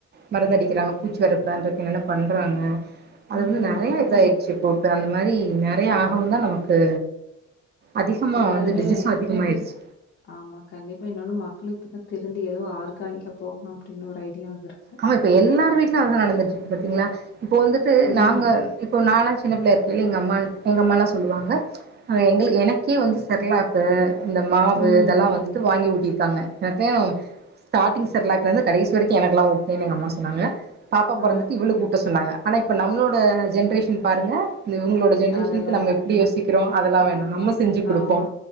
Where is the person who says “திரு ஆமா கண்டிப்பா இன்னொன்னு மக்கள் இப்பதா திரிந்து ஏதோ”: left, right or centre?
Left